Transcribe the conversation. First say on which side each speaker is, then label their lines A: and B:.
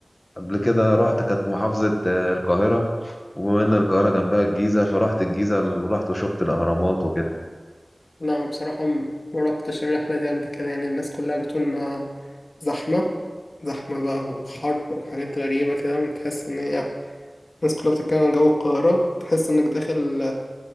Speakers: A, on the left; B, on the left.
A: قبل كده رحت كانت محافظة آه، القاهرة وبما ان القاهرة جنبها الجيزة فرحت الجيزة ورحت وشفت الاهرامات وكده
B: لا بصراحة م- ما روحتش الرحلة دي قبل كده يعني الناس كلها بتقول إنها زحمة زحمة بقى وحر وحاجات غريبة كده وتحس إن هي الناس كلها بتتكلم عن جو القاهرة تحس إنك داخل